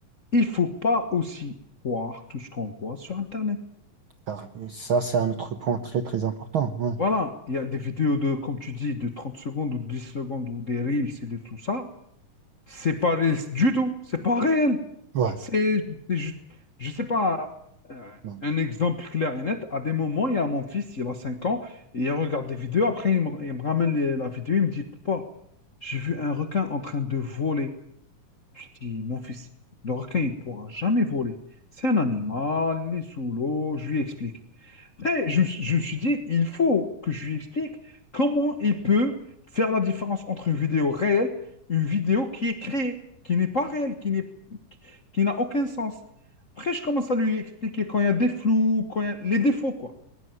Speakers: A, on the left; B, on the right.
A: il faut pas aussi croire tout ce qu'on voit sur Internet.
B: Car- Ça, c'est un autre point très, très important. Ouais,
A: Voilà, il y a des vidéos de, comme tu dis, de 30 secondes ou 10 secondes ou des reels et de tout ça. C'est pas ré- du tout, c'est pas réel.
B: ouais,
A: C'est, c'est ju- je sais pas, euh,
B: <laughs> Bon.
A: un exemple clair et net. À des moments, il y a mon fils, il a 5 ans, et il regarde des vidéos. Après, il me, il me ramène les- la vidéo, il me dit, Papa, j'ai vu un requin en train de voler. Je dis, mon fils, le requin, il pourra jamais voler. C'est un animal, il est sous l'eau. Je lui explique. Après, je, me suis je me suis dit, il faut que je lui explique comment il peut faire la différence entre une vidéo réelle, une vidéo qui est créée, qui n'est pas réelle, qui n'est, qui qui n'a aucun sens. Après, je commence à lui expliquer quand il y a des flous, quand il y a les défauts, quoi.